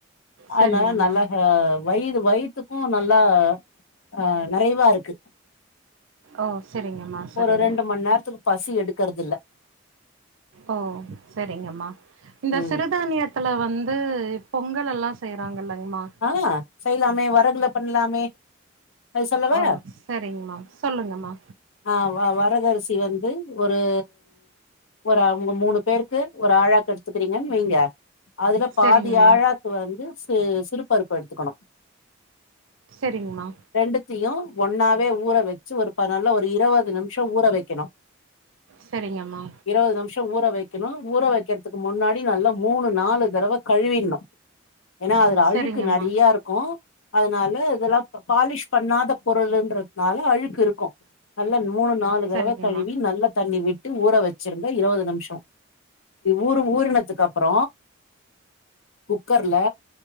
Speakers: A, on the left; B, on the right.
A: அதுனால
B: சரிங்கம்மா
A: நல்லா ஆ வயிறு வயித்துக்கு நல்லா ஆ ஆ நெறைவா இருக்கு
B: ஓ சரிங்கம்மா சரிங்க
A: ஒரு ரெண்டு மண் நேரத்துக்கு பசி எடுக்கறதில்ல
B: ஓ சரிங்கம்மா இந்த
A: ம்
B: சிறுதானிய த்துல வந்து பொங்கல் எல்லா செய்றாங்கல்லங்கமா
A: ஆ செய்யலாமே வரகுல பண்ணலாமே அது சொல்லவா
B: ஓ சரிங்கமா சொல்லுங்கம்மா
A: ஆ வ வரகரிசி வந்து ஒரு ஒரு அவங்க மூணு பேருக்கு ஒரு ஆழாக்கு எடுத்துக்கிறீங்கன்னு வைங்க அதுல பாதி
B: சரிங்கம்மா
A: ஆழாக்கு வந்து சி சிறுபருப்பு எடுத்துக்கணு
B: சரிங்கமா
A: ரெண்டுத்தையு ஒன்னாவே ஊற வச்சு ஒரு ப நல்லா ஒரு இருவது நிமிஷ ஊற வைக்கணு
B: சரிங்கம்மா
A: இருவது நிமிஷ ஊற வைக்கணு ஊற வைக்கிறதுக்கு முன்னாடி நல்லா மூணு நாலு தடவ கழுவிர்ணு ஏன்னா அதுல
B: சரிங்கம்மா
A: அழுக்கு நெறையாருக்கு அதனால இதெல்லா பாலிஷ் பண்ணாத பொருள்ன்றதுனால அழுக்கு இருக்கு நல்லா மூணு நாலு
B: சரிங்கம்மா
A: தடவ கழுவி நல்ல தண்ணி விட் டு ஊற வச்சிருங்க இருவது நிமிஷ ஊரு ஊறினதுக்கு அப்பற குக்கர்ல